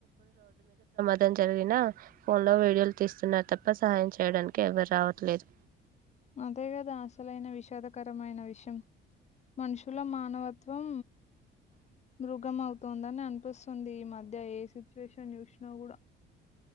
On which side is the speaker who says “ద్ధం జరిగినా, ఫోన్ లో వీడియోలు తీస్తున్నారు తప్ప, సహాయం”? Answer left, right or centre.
Right